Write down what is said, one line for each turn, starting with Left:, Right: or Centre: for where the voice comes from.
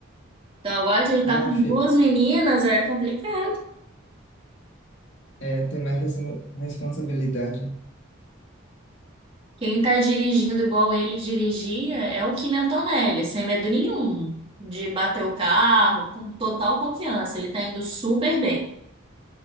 Right: Então, agora que ele
Left: Ah,
Right: tá com
Left: fi-
Right: duas meninas, é complicado.
Left: é, tem mais respo- responsabilidade.
Right: Quem tá dirigindo igual ele dirigia é o Kim Antonelli, sem medo nenhum de bater o carro, com total confiança. Ele tá indo super bem.